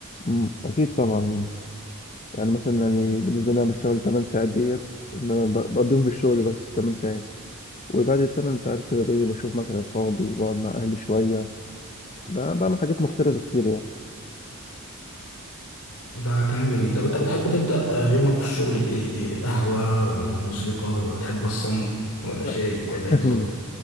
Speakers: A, on the left; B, on the left.
A: أمم. اكيد طبعا يعني مثلا يعني بالنسبه لي انا بشتغل 8 ساعات ديت ان انا ب- بقضيهم في الشغل بس 8 ساعات وبعد ال 8 ساعات كده بي بشوف مثلا اصحابي بقعد مع اهلي شويه ب- بعمل حاجات مختلفه كتير يعني
B: ده كلام جميل
A: أمم.
B: طب انت بتحب تبدأ آه، يومك في الشغل بايه قهوة ولا موسيقى ولا بتحب الصمت ولا
A: لا
B: شاي
A: <laughs>
B: ولا ايه بالظبط